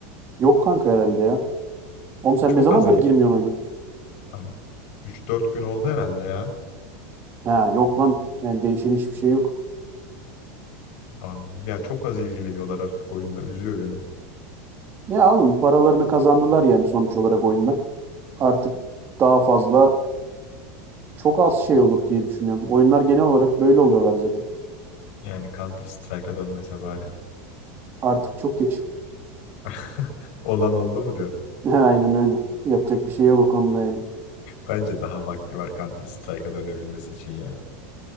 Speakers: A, on the right; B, on the left.
A: yok kanka herhalde ya. Oğlum sen
B: Çok
A: ne zamandır
B: az il...
A: girmiyorsun oyuna?
B: Ben 3-4 gün oldu herhalde ya.
A: Ha yok lan. Yani değişen hiçbir şey yok.
B: Anladım. Ya çok az ilgileniyorlar artık oyunla. Üzüyor beni.
A: Ya oğlum paralarını kazandılar yani sonuç olarak oyundan. Artık daha fazla çok az şey olur diye düşünüyorum. Oyunlar genel olarak böyle oluyorlar zaten.
B: Yani Counter Strike'a dönmese bari.
A: Artık çok geç.
B: <laughs> Olan oldu mu diyor.
A: <laughs> Aynen öyle. Yapacak bir şey yok o konuda yani.
B: Bence daha vakti var Counter Strike'a dönebilmesi için ya.